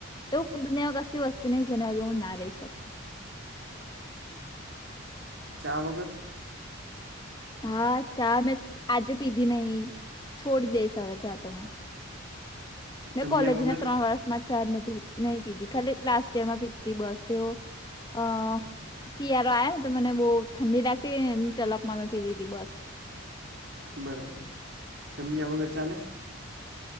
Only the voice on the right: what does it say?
ચા વગર.
જમ્યા
વગર
બરાબર જમ્યા વગર ચાલે.